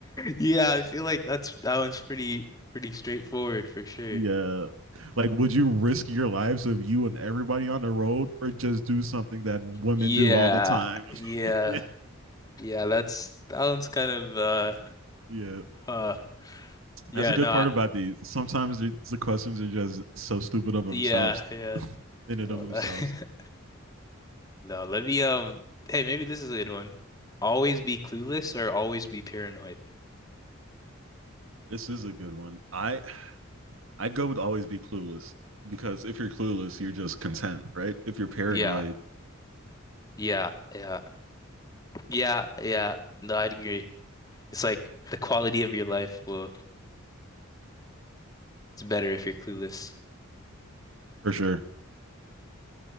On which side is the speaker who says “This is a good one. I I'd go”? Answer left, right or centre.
Right